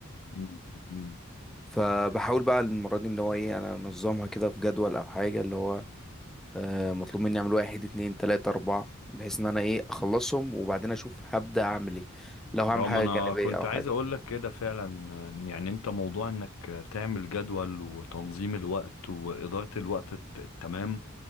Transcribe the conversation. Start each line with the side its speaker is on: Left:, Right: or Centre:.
Left: مم. مم.
Centre: فبحاول بقى المرة دي ان هو ايه انا انظمها كده في جدول او حاجة اللي هو آه، مطلوب مني اعمل واحد اتنين تلاتة اربعة بحيث ان انا ايه اخلصهم وبعدين اشوف هبدأ اعمل ايه لو هعمل
Left: اه
Centre: حاجة
Left: ما انا
Centre: جانبية
Left: كنت
Centre: او حاجة
Left: عايز اقول لك كده فعلا يعني انت موضوع انك تعمل جدول وتنظيم الوقت وادارة الوقت الت- التمام